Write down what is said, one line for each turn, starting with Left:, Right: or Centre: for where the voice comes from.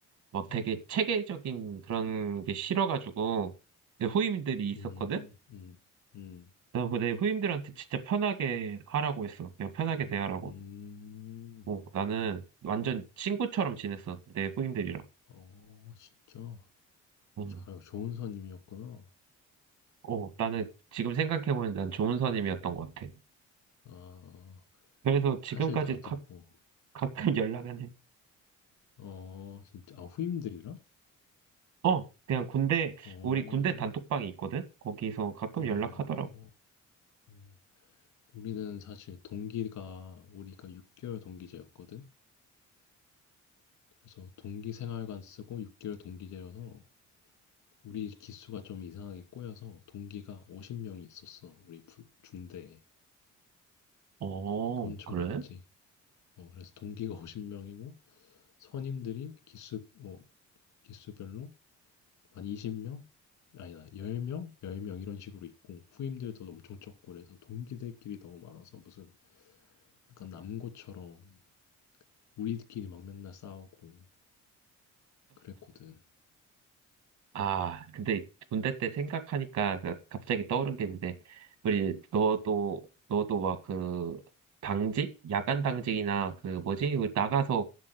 Right: 막 되게
Left: 음.
Right: 체계적인 그런 게 싫어가지고 내 후임들이
Left: 음.
Right: 있었거든?
Left: 음. 음.
Right: 그래서 내 후임들한테 진짜 편하게 하라고 했어. 그냥 편하게
Left: 음.
Right: 대하라고.
Left: 음.
Right: 어, 나는 완전 친구처럼 지냈어. 내 후임들이랑.
Left: 어 진짜
Right: 음.
Left: 잘 좋은 선임이었구나.
Right: 어, 나는 지금 생각해보니 난 좋은 선임이었던 것 같아.
Left: 아,
Right: 그래서 지금까지도
Left: 사실 나도,
Right: 가,
Left: 어,
Right: 가끔 <laughs> 연락은 해.
Left: 어, 진짜, 아, 후임들이랑?
Right: 어, 그냥 군대,
Left: 어,
Right: 우리 군대 단톡방이 있거든? 거기서 가끔
Left: 어,
Right: 연락하더라고.
Left: 어. 우리는 사실 동기가, 우리가 6개월 동기제였거든? 그래서 동기 생활관 쓰고 6개월 동기제여서 우리 기수가 좀 이상하게 꼬여서 동기가 50명이 있었어. 우리 부- 중대에.
Right: 어,
Left: 엄청
Right: 그래?
Left: 많았지. 어, 그래서 동기가 50명이고 선임들이 기수, 뭐, 기수별로 한 20명? 아니다, 10명? 10명 이런 식으로 있고, 후임들도 엄청 적고, 그래서 동기들끼리 너무 많아서 무슨 약간 남고처럼 우리끼리 막 맨날 싸우고 그랬거든.
Right: 아, 근데 군대 때 생각하니까 가- 갑자기 떠오른 게 있는데, 우리 너도
Left: 음,
Right: 너도 막 그 당직, 야간 당직이나 그 뭐지? 그 나가서